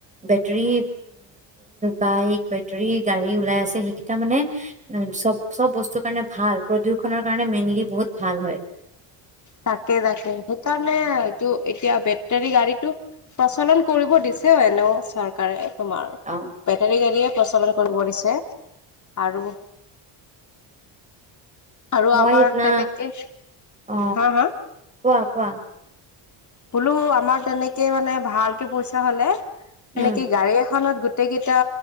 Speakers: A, on the right (about 15°); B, on the left (about 40°).
A: বেটৰী বাইক বেটৰী গাড়ী ওলাই আছে সেইকেইটা মানে চব চব বস্তুৰ কাৰণে ভাল প্ৰদূষণৰ কাৰণে মেইনলি বহুত ভাল হয়।
B: তাকে তাকে সেইকাৰণে এইটো এতিয়া বেটাৰী গাড়ীটো প্ৰচলন কৰিব দিছেও এনেও চৰকাৰে তোমাৰ
A: অ
B: বেটাৰী গাড়ীয়ে প্ৰচলন কৰিব দিছে আৰু আৰু
A: মই
B: আমাৰ
A: সেইদিনা
B: তেনেকে
A: অ
B: হা হা
A: কোৱা কোৱা
B: বোলো আমাৰ তেনেকে মানে ভালকে পইচা হলে সেনেকে
A: উম
B: গাড়ী এখনত গোটেই কেইটা